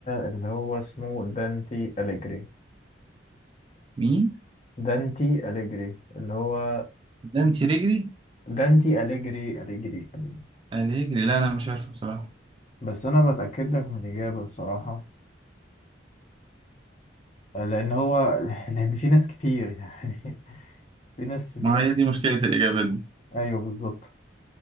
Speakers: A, on the left; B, on the right.
A: اللي هو اسمه دانتي أليجري
B: مين
A: دانتي أليجري اللي هو
B: ده انت رجلي
A: دانتي أليجري أليجري أليجري
B: الرجلي لا انا مش عارفه بصراحه
A: بس أنا بتأكد لك من الإجابة بصراحة آه، لأن هو <laughs> لأن في ناس كتير يعني <laughs> في ناس في
B: ما
A: ناس
B: هي دي مشكله الاجابات دي
A: أيوه بالظبط